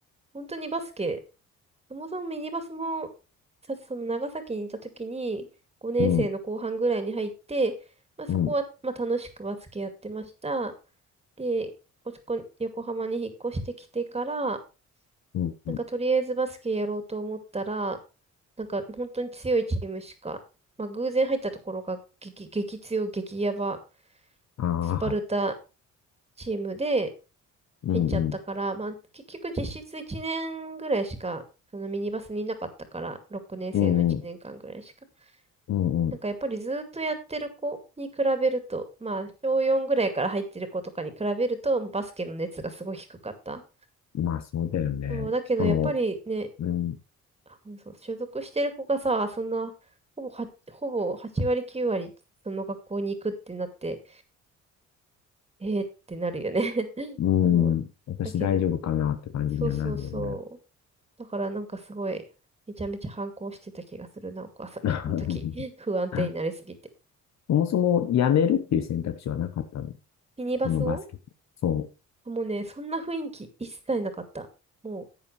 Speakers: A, on the right; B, on the left.
A: 本当にバスケ、そもそもミニバスもさ、その長崎にいたときに5年生の後半ぐらいに入って、
B: うん、
A: まあそこは、
B: うん、
A: まあ楽しくバスケやってました。で、ここ、横浜に引っ越してきてから、
B: うん、
A: なんかとりあえずバスケやろうと思ったら、
B: うん
A: なんか本当に強いチームしか、まあ偶然入ったところが激、激強、激ヤバ、
B: ああ、
A: スパルタチームで
B: うん、
A: 入っちゃったから、
B: うん、
A: まあ結局実質1年ぐらいしか、そのミニバスにいなかったから、6年生の1年間ぐらいしか。
B: うん、うん、うんう
A: なんかやっぱりずっとやってる子に比べると、まあ小4ぐらいから入ってる子とかに比べると、バスケの熱がすごい低かった。
B: ん。まあそうだよね。
A: そう、だけどやっぱりね、
B: しかも、うん、
A: あうんそう、所属してる子がさ、そんな、ほぼは、ほぼ8割9割、その学校に行くってなって、えーってなるよね <laughs>
B: うん、
A: そう。
B: 私大丈夫かなって感じにはなるよね。
A: だけど、そうそうそう。だからなんかすごい、めちゃめちゃ反抗してた気がするな、お母さんに、
B: <laughs>
A: <laughs> その時。<laughs> 不安定になりすぎて。
B: そもそも辞めるっていう選択肢はなかったの。
A: ミニバスを
B: そのバスケット。そ
A: もうね、そんな雰囲気一切なかった。もう、